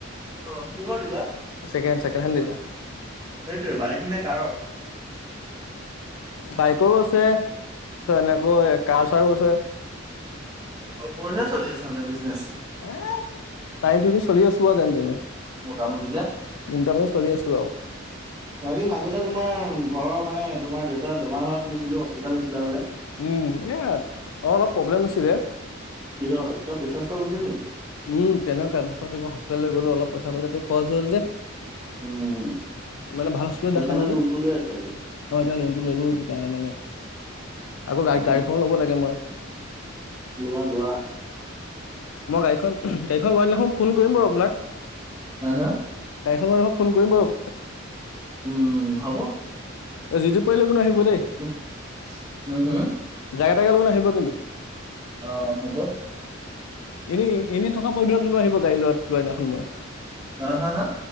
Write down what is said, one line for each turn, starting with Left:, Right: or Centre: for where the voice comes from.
Right: অ, কিহৰ dealer?
Left: Second - second hand dealer.
Right: সেইটোৱে বাইক নে কাৰৰ।
Left: বাইকৰো আছে এনেকৈ কাৰ চাৰো আছে।
Right: অ, বঢ়িয়া চলি আছে মানে বিজনেছ।
Left: এ টানি টুনি চলি আছো আৰু যেনে তেনে।
Right: মোটামুটিকে
Left: ইনকামে চলি আছো আৰু
Right: বাকী মাজতে তোমাৰ ঘৰ মানে তোমাৰ দেউতাৰ বেমাৰ হোৱা শুনিছিলো হস্পিতোল নিছিলা বোলে।
Left: উম, এয়া অ, অলপ প্ৰব্লেম হৈছিলে।
Right: কিহৰ? প্ৰেচাৰ ষ্ট্ৰক হৈছিল নেকি
Left: উম, তেনেকুৱা পছত হস্পিতেললৈ লৈ গ'লো অলপ পইচা পইচাতে খৰচ হ'ল যে।
Right: উম
Left: মানে ভাল হস্পিতেলত
Right: সেইকাৰণে
Left: দেখালো যে।
Right: লোনটো লৈ আছা এতিয়া
Left: অ, এতিয়া লোনতটো ললো সেইটো কাৰণে মানে। আকৌ গাড়ী
Right: উম
Left: - গাড়ীখন ও লব লাগে মই।
Right: লোৱা - লোৱা।
Left: মই গাড়ীখন গাড়ীখন লোৱা দিনাখন ফোন কৰিম বাৰু আপোনাক
Right: হা হা
Left: গাড়ীখন লোৱা দিনাখন ফোন কৰিম বাৰু আপোনাক
Right: উম, হ'ব।
Left: যিটো পাৰিলে ন আহিব। দেই
Right: উম - উম হম।
Left: জাকে তাকে লৈ নাহিব কিন্তু।
Right: অ, হ'ব।
Left: এনেই - এনেই থকা পৰিবিলাক লৈ আহিব গাড়ী ল'ৰা লোৱা এদিনাখন মই।
Right: আহ, হা - হা।